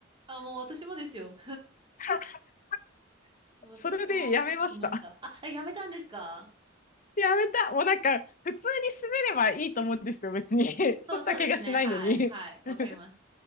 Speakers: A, on the right; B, on the left.
A: あ、もう私もですよ。
B: <laughs>
A: <laughs> 私も寄付しました。
B: それでやめました。
A: あ、えやめたんですか
B: やめた。もうなんか、普通に滑ればいいと思うんですよ、別に。<laughs> そしたら怪我しないのに。
A: そうそうですね。はい。はい。
B: <laughs>
A: わかります。
B: だ